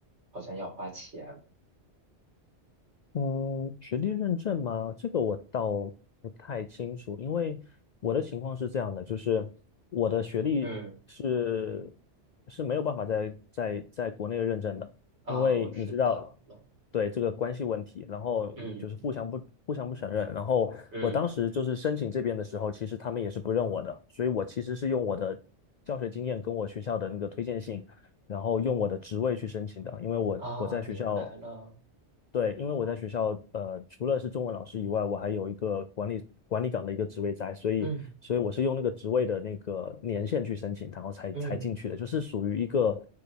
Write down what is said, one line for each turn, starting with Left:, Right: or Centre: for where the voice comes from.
Right: 好像要花钱。
Left: 嗯，学历认证吗？这个我倒不太清楚，因为我的情况是这样的，就是我的学历是
Right: 嗯，
Left: 是没有办法在在在国内认证的，
Right: 啊，
Left: 因为你知道，
Right: 我知道了。
Left: 对这个关系问题，然后就是互相不互相不承认，
Right: 嗯
Left: 然后我当时就是申请这边的时候，
Right: 嗯，
Left: 其实他们也是不认我的，所以我其实是用我的教学经验跟我学校的那个推荐信。然后用我的职位去申请的，因为我我在学校
Right: 啊，明白了。
Left: 对，因为我在学校，呃，除了是中文老师以外，我还有一个管理管理岗的一个职位在，所以，
Right: 嗯
Left: 所以我是用那个职位的那个年限去申请，然后才才进去的，
Right: 嗯
Left: 就是属于一个